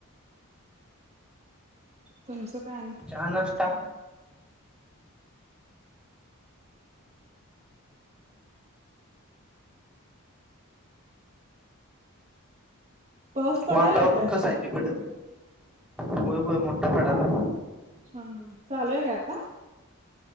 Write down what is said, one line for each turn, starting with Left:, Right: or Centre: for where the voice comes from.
Right: तुमचं? काय आणि
Centre: चहा, नाष्टा
Right: पाऊस पडायलाय
Centre: वातावरण
Right: काय
Centre: कसं आहे तिकडं. होय-होय मोठा पडला.
Right: हा हा चालू हाय का आता.